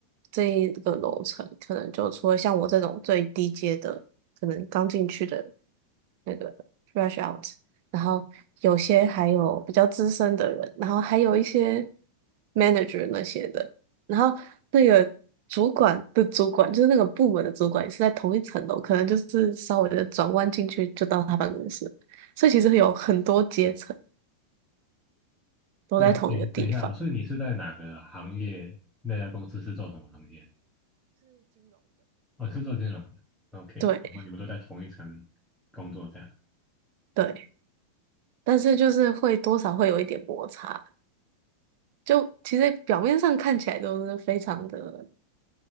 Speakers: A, on the right; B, in the centre.
A: 这一个楼层可能就除了像我这种最低阶的，可能刚进去的那个 fresh out，然后有些还有比较资深的人，然后还有一些 manager 那些的。然后那个主管的主管，就是那个部门的主管，也是在同一层楼，可能就是稍微的转弯进去就到他办公室，所以其实有很多阶层
B: <laughs>
A: 都在同一个地方。
B: 对，对，等一下哦，所以你是在哪个行业？那家公司是做什么行业？我是做金融的。OK，
A: 对
B: 然后你们都在同一层工作，这样，
A: 对，但是就是会多少会有一点摩擦，就其实表面上看起来都是非常的